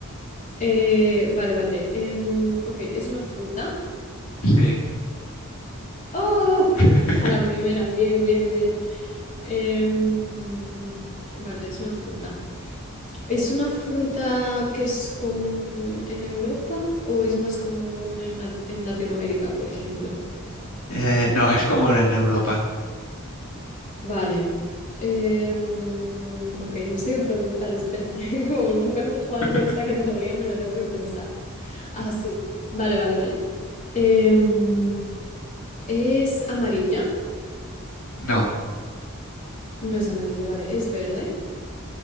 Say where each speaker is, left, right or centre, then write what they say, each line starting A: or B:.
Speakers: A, on the left; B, on the left.
A: Eh, vale, vale. Em, ok, ¿es una fruta?
B: Sí.
A: ¡Oh!
B: <laughs>
A: <laughs> A la primera, bien, bien, bien. Em, vale, es una fruta. ¿Es una fruta que es común en Europa o es más común en, la- en Latinoamérica, por ejemplo?
B: Eh, no, es común en Europa.
A: Vale. Em, ok, no sé qué preguntar, espera. <laughs> Como nunca hemos jugado
B: <laughs>
A: con esta categoría, me lo tengo que pensar. Ah, sí. Vale, vale, vale. Em, ¿es amarilla?
B: No,
A: No es amarilla, vale. ¿Es verde?